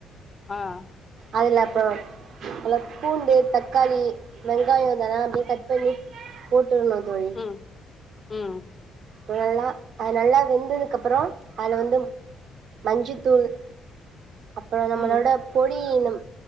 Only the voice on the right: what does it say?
அதுல அப்றோம் அதுல பூண்டு தக்காளி வெங்காயம் தான அப்டியே கட் பண்ணி போட்டுருணு தொழி
அது நல்லா அது நல்லா வெந்ததுக்கு அப்புறோ அல வந்து மஞ்சித்தூள் அப்பறோ நம்மளோட
பொடி ஈனம்